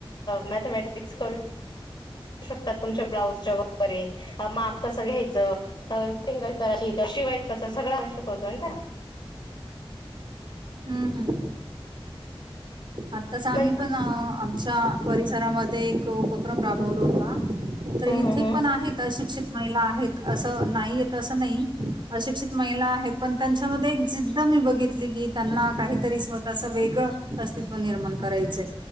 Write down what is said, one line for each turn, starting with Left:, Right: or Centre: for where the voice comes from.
Left: मॅथमॅटिक्स कर. शकतात तुमच्या ब्लाउजच्या वगैरे माप कसं घ्यायचं फिंगल करायची. शिवायच कस सगळं शिकवतो.
Right: हम्म हम्म. आत्ताच
Left: मग
Right: आम्ही पण. आमच्या परिसरामध्ये एक उपक्रम राबवला होता. तर
Left: हम्म
Right: इथे
Left: हम्म हम्म
Right: पण आहेत अशिक्षित महिला आहेत, असं नाही येत असं नाही. अशिक्षित महिला आहे, पण त्यांच्यामध्ये एक जिद्द मी बघितली की त्यांना काहीतरी स्वतःच वेग. अस्त्व निर्माण करायच